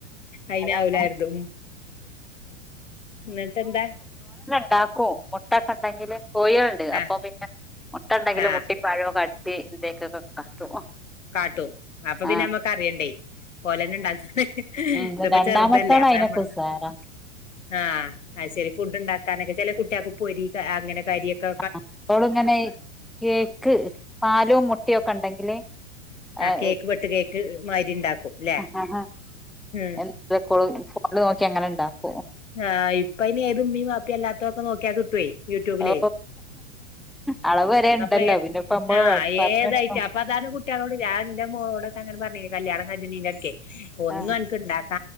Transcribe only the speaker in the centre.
അതന്നെ
ഉണ്ടാക്കും മുട്ട ഒക്കെ ഉണ്ടെങ്കിൽ കോഴളുണ്ട്
അപ്പൊ പിന്നെ മുട്ട ഉണ്ടെങ്കിൽ
മുട്ട പഴമൊ കടച്ച് ഇന്തൊക്കൊക്കെ കാട്ടും
ആഹ്
ഉം
രണ്ടാമത്തോള്
അയിനൊക്കെ
ഉസാറാ
അപ്പോളിങ്ങനെ കേക്ക് പാലും മുട്ടയും ഒക്കെ ഉണ്ടെങ്കില് ആഹ്
ആഹ്
<unintelligible>
ഓ അളവ് വരെ ഉണ്ടല്ലോ
പിന്നെ ഇപ്പ നമ്മള്
പറഞ്ഞെടുക്കും
ആ